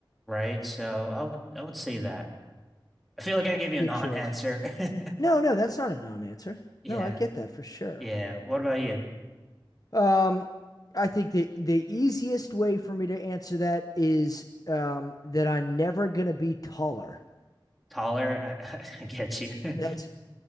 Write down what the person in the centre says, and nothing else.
right? So I would I would say that. I feel like I
gave
you a non-answer.
<laughs>
Yeah.
Yeah. What about you?
Taller? I, <laughs> I get you. <laughs>